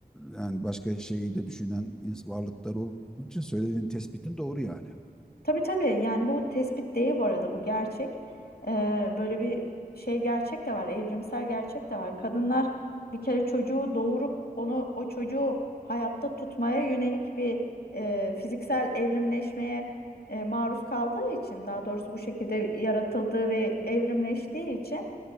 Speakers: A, in the centre; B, on the left (about 70°).
A: yani başka şeyi de düşünen ins- varlıklar olduğu için söylediğin tespitin doğru yani.
B: Tabii tabii yani bu tespit değil bu arada bu gerçek. Ee, böyle bir şey gerçek de var, evrimsel gerçek de var. Kadınlar bir kere çocuğu doğurup onu o çocuğu hayatta tutmaya yönelik bir e, fiziksel evrimleşmeye e, maruz kaldığı için daha doğrusu bu şekilde yaratıldığı ve evrimleştiği için